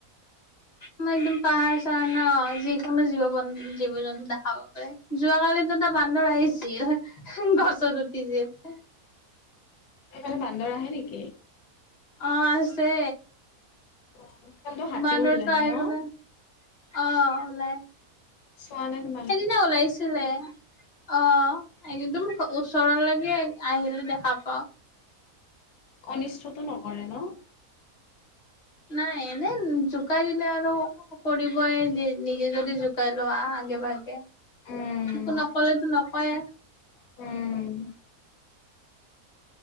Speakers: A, on the left (about 30°); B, on the left (about 85°).
A: আমাৰ একদম পাহাৰ চাহাৰ ন যিকোনো জীৱ জীৱ জন্তু দেখা পাব পাৰে। যোৱাকালিতোটো বান্দৰ আহিছিল গছত উঠিছিল
B: সেফালে বান্দৰ আহে নেকি?
A: অ আছে
B: অ সেফালটো হাতীও
A: বান্দৰটো
B: ওলাই
A: আহি
B: ন
A: পেলাই অ ওলাই
B: চোৱানে তোমালো
A: সেইদিনা ওলাইছিলে অ একদম ওচৰলৈকে আহিলে দেখা পাও
B: অনিষ্টটো নকৰে ন
A: নাই এনে জোকাই দিলে আৰু কৰিবই নিজে যদি জোকাই লোৱা আগে ভাগে
B: উম,
A: একো নকলেটো নকয়ে
B: উম